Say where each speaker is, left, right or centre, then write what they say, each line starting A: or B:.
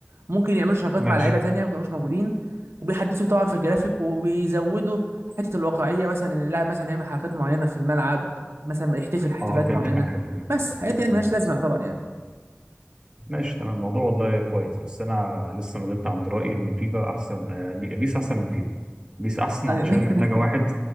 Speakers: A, on the right; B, on the right.
A: ممكن يعملوا شراكات
B: ماشي
A: مع لعيبه تانية ما كانوش موجودين وبيحدثوا طبعا في الجرافيك وبيزودوا حته الواقعيه مثلا ان اللاعب مثلا يعمل حركات معينه في الملعب مثلا يحتفل احتفالات
B: اه فهمتك
A: معينه
B: انا الحته دي
A: بس
B: الاحتفال
A: حاجات يعني
B: الانجليزي
A: ملهاش لازمه طبعا يعني
B: ماشي تمام الموضوع والله كويس بس انا لسه ما زلت عند رايي ان فيفا احسن آه بي- بيس احسن من فيفا بيس احسن
A: ايوه
B: علشان
A: <laughs>
B: محتاجه واحد